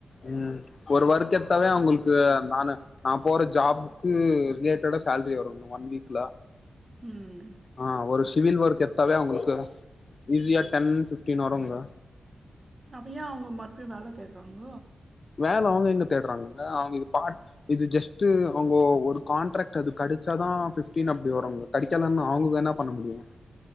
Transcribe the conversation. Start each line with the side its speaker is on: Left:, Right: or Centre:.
Left: ம், ஒரு வர்க் எடுத்தாவே அவங்களுக்கு நானு நா போற ஜாப்க்கு ரிலேட்டடா சேலரி வரும்ங்க ஒன் வீக்ல
Right: ம்
Left: ஆ ஒரு சிவில் ஒர்க் எடுத்தாவே அவங்களுக்கு ஈஸியா டென் ஃபிஃப் டீன் வருங்க
Right: அப்ப ஏ அவங்க மறுபடியு வேலை தேடுறாங்க
Left: வேலை அவங்க எங்க தேடுறாங்கங்க, அவங்க இது பார்ட், இது ஜஸ்ட் அவங்க ஒரு கான்ட்ராக்ட் அது கெடைச்சாதா ஃபிஃப்டீன் அப்டி வருங்க கடைக்கலனா அவங்க என்ன பண்ண முடியு